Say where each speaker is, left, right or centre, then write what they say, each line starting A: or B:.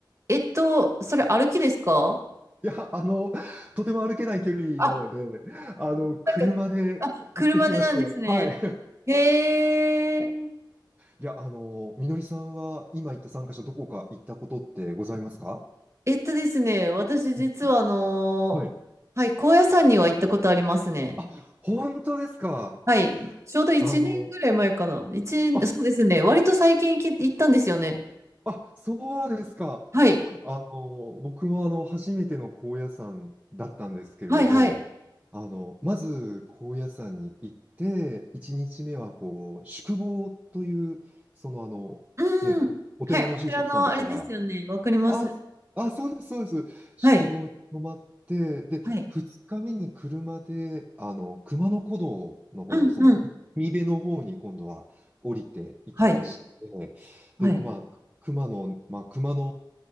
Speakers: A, on the right (about 35°); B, on the right (about 15°).
A: えっと、それ歩きですか
B: いや、あの、とても歩けない距離なので、
A: あ、
B: あの、車で行ってきまして、
A: なんか、あ、車でなんですね。
B: はい。<laughs>
A: へえ。
B: いや、あの、みのりさんは今行った参加者、どこか行ったことってございますか
A: えっとですね、私実はあの、
B: うんはい。
A: はい、高野山には行ったことありますね。
B: あ、本当ですか。
A: はい、ちょうど1年ぐらい前かな。
B: あの、
A: 一年そうですね、
B: あ、
A: 割と最近行き行ったんですよね。
B: あ、そうですか。
A: はい、
B: あの、僕もあの、初めての高野山だったんですけれども、
A: はい、はい。
B: あの、まず高野山に行って、1日目はこう、宿坊という、そのあの、
A: うん。
B: ね、お寺の住職さんたちが
A: はい、お寺のあれですよね。わかります。
B: あ、あ、そうです、そうです。宿坊に泊まって、
A: はい。
B: で、
A: はい。
B: 2日目に車で、あの、熊野古道の方に、
A: うんうん。
B: その、海辺の方に今度は降りていきまして、
A: はい。はい。
B: で、まあ、熊野、まあ、熊野